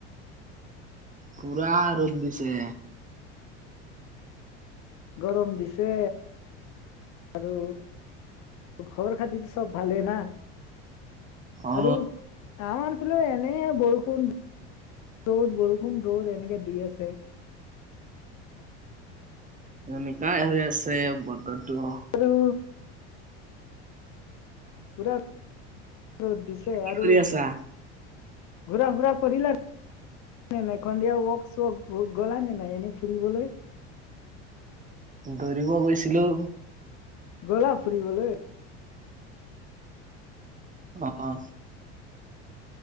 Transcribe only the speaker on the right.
পুৰা ৰ'দ দিছে।
অ
এনেকাই হৈ আছে বতৰটো।
কি
কৰি আছা
দৌৰিব গৈছিলো।
অ' অ'।